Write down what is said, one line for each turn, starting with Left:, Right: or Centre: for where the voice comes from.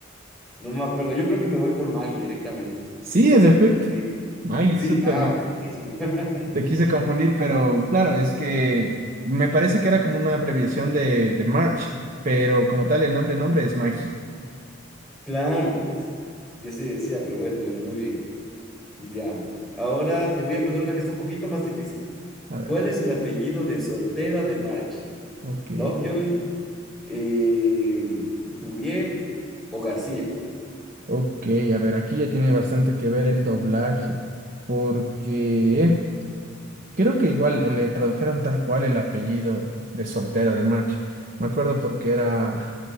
Centre: No me acuerdo. Yo creo que me voy por Maggie directamente.
Right: Sí,
Centre: No
Right: en
Centre: sé
Right: efecto.
Centre: qué decir.
Right: Maggie,
Centre: Sí,
Right: súper
Centre: ah,
Right: bien.
Centre: bacanísimo. <laughs>
Right: Te quise confundir, pero claro, es que me parece que era como una abreviación de, de March, pero como tal el nombre, nombre es Maggie.
Centre: Claro, pues. Yo sí decía, pero bueno, bueno, muy bien. Ya. Ahora te voy a poner una que es un poquito más difícil.
Right: A ver,
Centre: ¿Cuál es el apellido de soltera de March?
Right: ok.
Centre: ¿Lovejoy, eh, Bouvier o García?
Right: Ok, a ver, aquí ya tiene bastante que ver el doblaje, porque creo que igual le tradujeron tal cual el apellido de soltera de March. Me acuerdo porque era